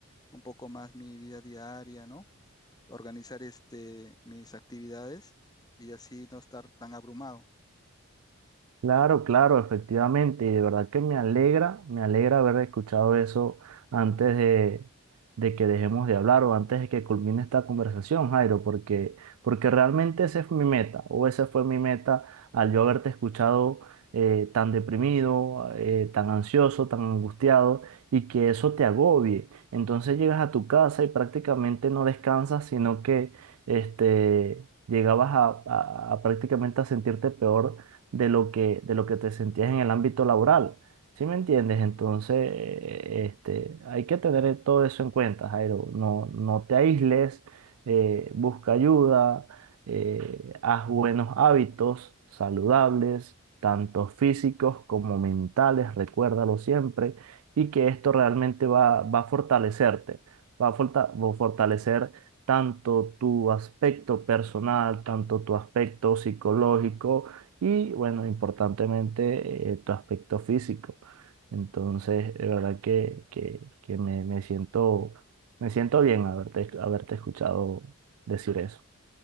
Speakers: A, on the left; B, on the right.
A: un poco más mi vida diaria, ¿no? Organizar este, mis actividades y así no estar tan abrumado.
B: Claro, claro, efectivamente, y de verdad que me alegra, me alegra haber escuchado eso antes de, de que dejemos de hablar o antes de que culmine esta conversación, Jairo, porque, porque realmente esa es mi meta, o esa fue mi meta al yo haberte escuchado eh, tan deprimido, eh, tan ansioso, tan angustiado, y que eso te agobie. Entonces llegas a tu casa y prácticamente no descansas, sino que este, llegabas a a- a prácticamente a sentirte peor de lo que, de lo que te sentías en el ámbito laboral. ¿Sí me entiendes? Entonces, eh, este, hay que tener todo eso en cuenta, Jairo. No, no te aísles, eh, busca ayuda, eh, haz buenos hábitos saludables, tanto físicos como mentales, recuérdalo siempre, y que esto realmente va, va a fortalecerte, va a forta- va a fortalecer tanto tu aspecto personal, tanto tu aspecto psicológico y bueno, importantemente eh, tu aspecto físico. Entonces, de verdad que, que, que me, me siento, me siento bien haberte, haberte escuchado decir eso.